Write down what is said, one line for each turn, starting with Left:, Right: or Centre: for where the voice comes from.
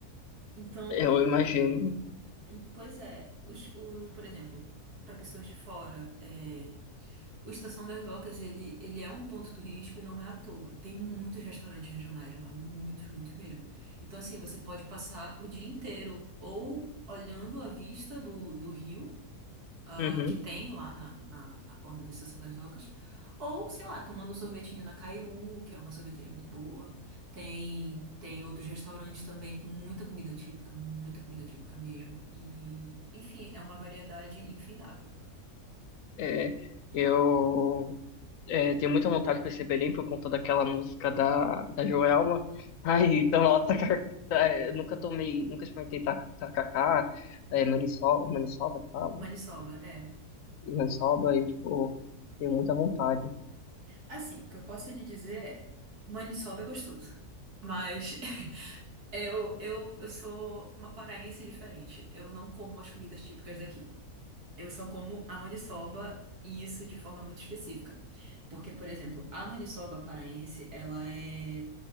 Right: Então,
Left: Eu imagino.
Right: em- pois é, os, os- por exemplo, para pessoas de fora. é, o Estação das Docas, ele, ele é um ponto turístico e não é à toa. Tem muitos restaurantes regionais lá, muitos, muitos mesmo. Então, assim, você pode passar o dia inteiro ou olhando a vista do, do rio, ah,
Left: Uhum.
Right: que tem lá na, na, na borda da Estação das Docas, ou, sei lá, tomando um sorvetinho na Cairu, que é uma sorveteria muito boa. Tem, tem outros restaurantes também com muita comida típica, muita comida típica mesmo. E, enfim, é uma variedade infindável.
Left: É, eu. é, tenho muita vontade de conhecer Belém por conta daquela música da, da Joelma. <laughs> Ai, então ela tacar, é, nunca tomei, nunca experimentei ta- tacacá, é, maniçoba, maniçoba que fala,
Right: Maniçoba, é.
Left: e maniçoba, e tipo, tenho muita vontade.
Right: Assim, o que eu posso lhe dizer é, maniçoba é gostoso. Mas <laughs> eu, eu, eu sou uma paraense diferente. Eu não como as comidas típicas daqui. Eu só como a maniçoba e isso de forma muito específica. Porque, por exemplo, a maniçoba paraense, ela é,